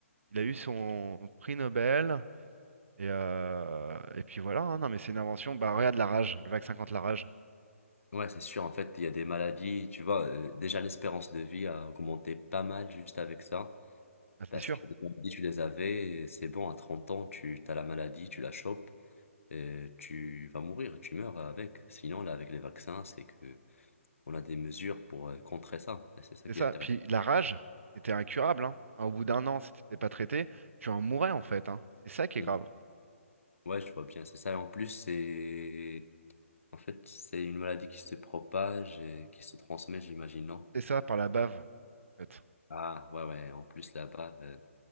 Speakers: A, on the right; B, on the left.
A: Il a eu son prix Nobel. Et, euh, et puis voilà, hein. non, mais c'est une invention. Bah, regarde la rage, le vaccin contre la rage.
B: Ouais, c'est sûr. En fait, il y a des maladies, tu vois. euh, déjà, l'espérance de vie a augmenté pas mal juste avec ça.
A: Ah,
B: Parce
A: c'est sûr.
B: que les maladies, tu les avais, et c'est bon, à 30 ans, tu as la maladie, tu la chopes, et tu vas mourir, tu meurs avec. Sinon, là, avec les vaccins, c'est que on a des mesures pour euh, contrer ça. Et c'est ça
A: C'est
B: qui
A: ça.
B: est intéressant.
A: Puis la rage, c'était incurable, hein. Enfin, au bout d'un an, si t'étais pas traité, tu en mourais en fait, hein. C'est ça qui
B: Mhm.
A: est grave.
B: Ouais, je vois bien. C'est ça. Et en plus, c'est. En fait, c'est une maladie qui se propage et qui se transmet, j'imagine, non?
A: C'est ça par la bave, en fait.
B: Ah, ouais, ouais. En plus, là-bas, euh,